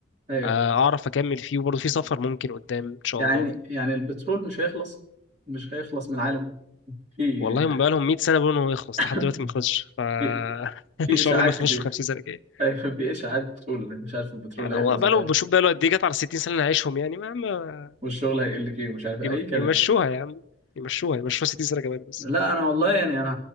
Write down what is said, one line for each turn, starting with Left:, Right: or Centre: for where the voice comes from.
Right: ايوه
Left: آه، اعرف اكمل فيه وبرضه في سفر ممكن قدام ان شاء
Right: يعني
Left: الله
Right: يعني البترول مش هيخلص مش هيخلص من العالم في
Left: والله موبايلهم 100 سنه بيقولوا ان هو يخلص
Right: <laughs>
Left: لحد دلوقتي ما خلصش ف <laughs>
Right: في في
Left: ان شاء
Right: اشاعات
Left: الله ما يخلصش
Right: كتير
Left: في 50 سنه جايه
Right: ايوه مفيش عاد بتقول مش عارف البترول
Left: يعني
Right: هيخلص
Left: هو بقاله
Right: وكده
Left: بشوف بقاله قد ايه جت على 60 سنه اللي هنعيشهم يعني ما ما
Right: والشغل هيقل فيه ومش عارف إيه،
Left: يم-
Right: اي كلام
Left: يمشوها يا عم يمشوها يمشوها 60 سنه كمان بس
Right: لا انا والله يعني انا